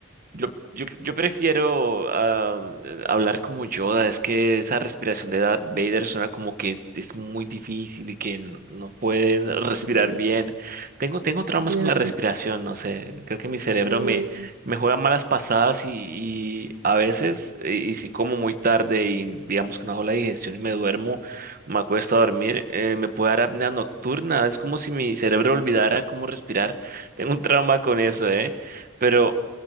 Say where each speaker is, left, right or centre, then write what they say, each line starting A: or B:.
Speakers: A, on the right (about 45°); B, on the right (about 70°).
A: Yo, yo, yo prefiero ah, hablar como Yoda, es que esa respiración de Darth Vader suena como que es muy difícil y que n- no puedes respirar
B: <laughs> Mm,
A: bien. Tengo, tengo traumas
B: ya.
A: con la respiración, no sé, creo que mi cerebro
B: Mm,
A: me, me juega malas pasadas y, y a veces, y, y si como muy tarde y digamos que no hago la digestión y me duermo, me acuesto a dormir, eh, me puede dar apnea nocturna, es como si mi cerebro olvidara cómo respirar. Tengo un trauma con eso, ¿eh? Pero...